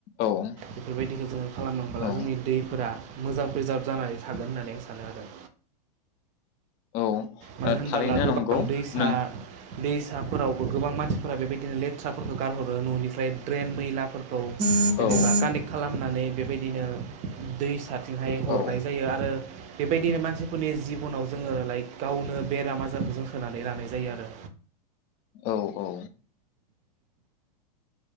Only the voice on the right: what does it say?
बेफोरबायदिखौ जोंङो खालामलांबाला
जोंनि दैफोरा मोजां फोजाब जानानै थागोन होननानै आं सानो आरो
मानो होनबोला
गोबां
दैसा
दैसाफोरावबो गोबां मानसिफोरा बे बायदिनो लेथ्राफोरखौ गारहरो ननिफ्राय ड्रेन मैलाफोरखौ खौ जेनेबा
कानेक्ट खालामनानै बेबायदिनो दैसा थिंहाय
हरनाय जायो आरो बेबायदिनो मानसिफोरनि जिबनाव जोङो लाइक गावनो बेराम आजारखौ जों सोनानै लानाय जायो आरो